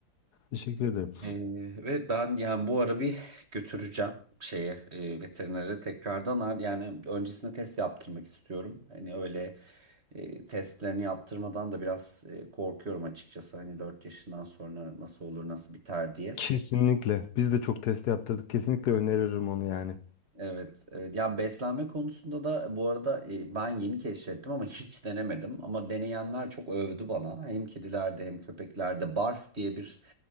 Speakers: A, on the left; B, on the right.
A: Teşekkür ederim.
B: Ee, ve ben yani bu ara bir götüreceğim şeye e, veterinere tekrardan Ar- yani öncesinde test yaptırmak istiyorum. Hani öyle e, testlerini yaptırmadan da biraz e, korkuyorum açıkçası. Hani 4 yaşından sonra nasıl olur nasıl biter diye.
A: Kesinlikle. Biz de çok test yaptırdık. Kesinlikle öneririm onu yani.
B: Evet, evet. Yani beslenme konusunda da bu arada e, ben yeni keşfettim ama hiç denemedim. Ama deneyenler çok övdü bana. Hem kedilerde hem köpeklerde Barf diye bir